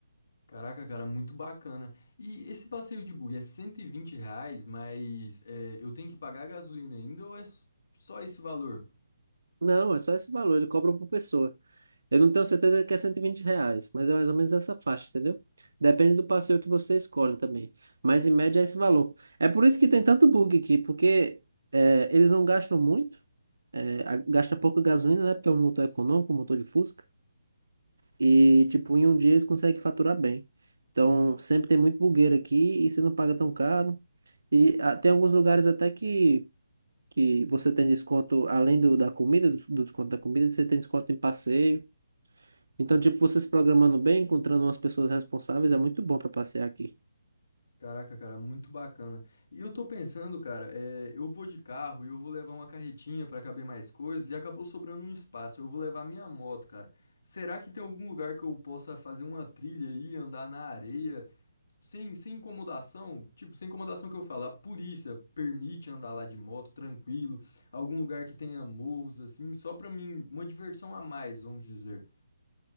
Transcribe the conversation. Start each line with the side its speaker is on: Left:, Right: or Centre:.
Left: Caraca, cara, muito bacana. E esse passeio de bug é 120 reais, mas é, eu tenho que pagar a gasolina ainda ou é s- só esse valor?
Right: Não, é só esse valor, ele cobra por pessoa. Eu não tenho certeza que é 120 reais, mas é mais ou menos essa faixa, entendeu? Depende do passeio que você escolhe também. Mas em média é esse valor. É por isso que tem tanto bug aqui, porque é, eles não gastam muito, é, a- gasta pouca gasolina, né? Porque é um motor econômico, um motor de Fusca. E, tipo, em um dia eles conseguem faturar bem. Então, sempre tem muito bugueiro aqui e você não paga tão caro. E ah, tem alguns lugares até que, que você tem desconto, além do, da comida, do, do desconto da comida, você tem desconto em passeio. Então, tipo, você se programando bem, encontrando umas pessoas responsáveis, é muito bom pra passear aqui.
Left: Caraca, cara, muito bacana. E eu tô pensando, cara, é, eu vou de carro e eu vou levar uma carretinha pra caber mais coisas e acabou sobrando um espaço. Eu vou levar minha moto, cara. Será que tem algum lugar que eu possa fazer uma trilha aí, andar na areia, sem, sem incomodação? Tipo, sem incomodação que eu falo, a polícia permite andar lá de moto, tranquilo, algum lugar que tenha morros, assim, só pra mim, uma diversão a mais, vamos dizer.